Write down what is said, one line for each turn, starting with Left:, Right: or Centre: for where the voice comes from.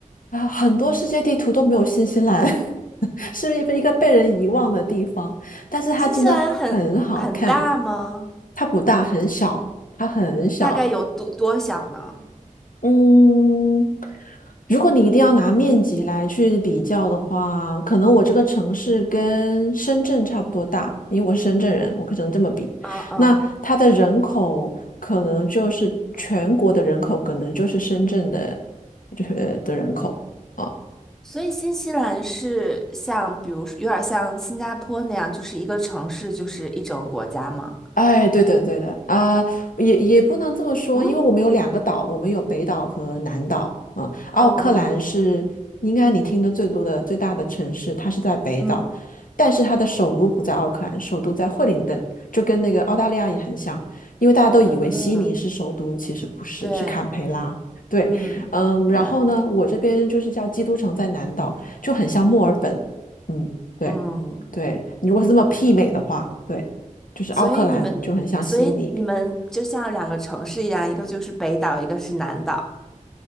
Left: 啊、很多世界地图都没有新西兰，<laughs> 是一个被人遗忘的地方，但是它真的很好看，
Centre: 新西兰很很大吗？
Left: 它不大，很小，它很小，
Centre: 大概有多多小呢？
Left: 嗯，如果你一定要拿面积来去比较的话，可能我这个城市跟深圳差不多大，因为我是深圳人，我可能这么比。
Centre: 嗯嗯，
Left: 那它的人口可能就是全国的人口，可能就是深圳的，就是的人口。啊
Centre: 所以新西兰是像，比如说有点像新加坡那样，就是一个城市就是一整个国家吗？
Left: 哎，对的，对的啊，也也不能这么说，
Centre: 嗯
Left: 因为我们有两个岛，我们有北岛和南岛。嗯，奥克兰是应该你听的最多的最大的城市，
Centre: 嗯
Left: 它是在北岛，
Centre: 嗯
Left: 但是它的首都不在奥克兰，首都在惠灵顿，就跟那个澳大利亚也很像，因为大家都以为悉尼是首都，
Centre: 嗯，
Left: 其实不是，
Centre: 对，
Left: 是坎培拉。对，
Centre: 嗯，
Left: 嗯，
Centre: 堪培拉，
Left: 然后呢，我这边就是叫基督城在南岛，就很像墨尔本。嗯。对。
Centre: 嗯，
Left: 对，你如果是这么媲美的话，对，就是奥克兰就很像悉尼，
Centre: 所以你们，所以你们就像两个城市一样，一个就是北岛，一个是南岛，